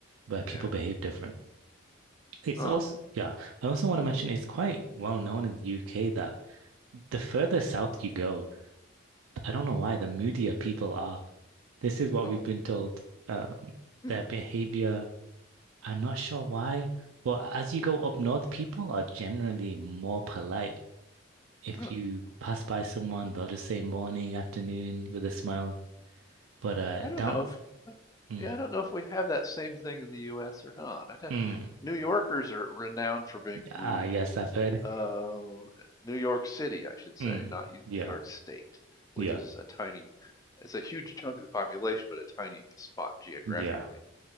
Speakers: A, on the right; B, on the left.
A: where people
B: Yeah.
A: behave different. It's
B: Huh.
A: also, yeah, I also want to mention it's quite well known in the UK that the further south you go, I don't know why, the moodier people are. This is what
B: Oh.
A: we've been told. Um,
B: Hmm.
A: their behavior, I'm not sure why, but as you go up north, people are generally more polite. if
B: Huh.
A: you pass by someone, they'll just say morning, afternoon with a smile. But uh
B: I don't
A: down
B: know if
A: mm,
B: yeah, I don't know if we have that same thing in the U.S. or not. I'd have,
A: mm.
B: New Yorkers are renowned for being rude.
A: Ah yes, I've heard.
B: Uh, New York City, I should say,
A: Mm,
B: not New
A: yeah,
B: York State, which
A: yeah,
B: is a tiny, it's a huge chunk of the population, but a tiny spot geographically.
A: yeah.